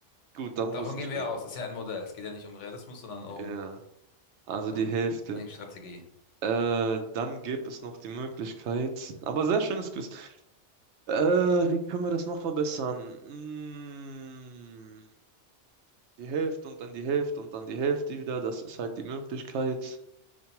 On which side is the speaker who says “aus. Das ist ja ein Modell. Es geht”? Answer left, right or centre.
Left